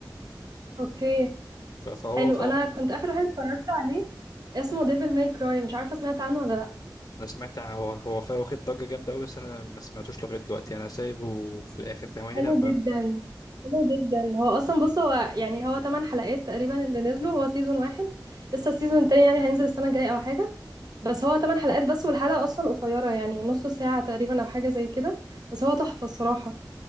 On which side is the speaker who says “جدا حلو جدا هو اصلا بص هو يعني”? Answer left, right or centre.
Right